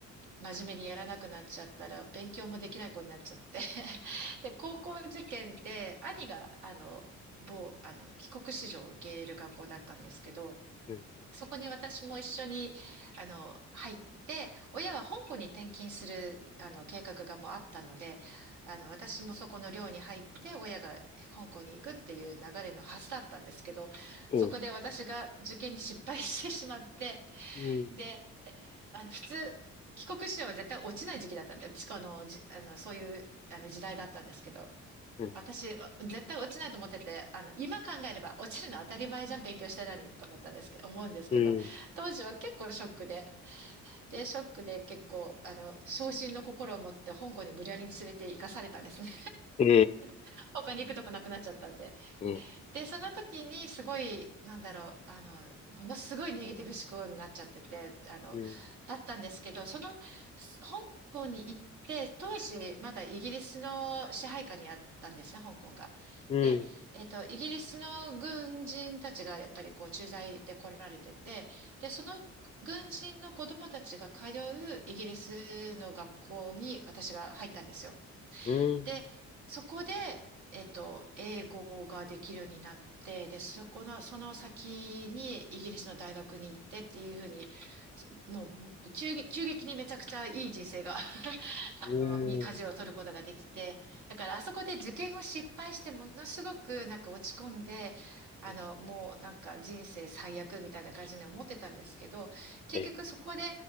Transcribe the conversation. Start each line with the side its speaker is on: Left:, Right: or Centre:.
Right: 真面目にやらなくなっちゃったら、勉強もできない子になっちゃって。<laughs> で、高校受験で、兄が、あの、某、あの、帰国子女を受け入れる学校だったんですけど、
Left: うん、うん、うん、
Right: そこに私も一緒に、あの、入って、親は香港に転勤する、あの、計画がもうあったので、あの、私もそこの寮に入って、親が香港に行くっていう流れのはずだったんですけど、
Left: うん、
Right: そこで私が受験に失敗してしまって、
Left: うん、
Right: で、あの、普通、帰国子女は絶対落ちない時期だったんで、ちあの、じ、あの、そういう、あの時代だったんですけど、
Left: うん、
Right: 私、絶対落ちないと思ってて、あの、今考えれば落ちるのは当たり前じゃん、勉強してたのにと思ったんですけど、思うんですけど、
Left: うん、
Right: 当時は結構ショックで、で、ショックで結構、あの、傷心の心を持って香港に無理やり連れて行かされたんですね。
Left: え
Right: <laughs> 他に行くとこなくなっちゃったんで。
Left: ーえ
Right: で、その時にすごい、なんだろう、あの、ものすごいネガティブ思考になっちゃってて、あの、
Left: うん。
Right: だったんですけど、その、す香港に行って、当時、まだイギリスの支配下にあったんですね、香港が。
Left: うん。
Right: で、えっと、イギリスの軍人たちがやっぱりこう駐在で来られてて、で、その軍人の子供たちが通うイギリスの学校に私が入ったんですよ。
Left: うん。
Right: で、そこで、えっと、英語ができるようになって、で、そこの、その先にイギリスの大学に行ってっていうふうに、つもう急激、急激にめちゃくちゃいい人生が <laughs> あの、
Left: うん。
Right: に舵を取ることができて、だからあそこで受験を失敗してものすごくなんか落ち込んで、あの、
Left: うん
Right: もうなんか人生最悪みたいな感じに思ってたんですけど、結局そこで
Left: え、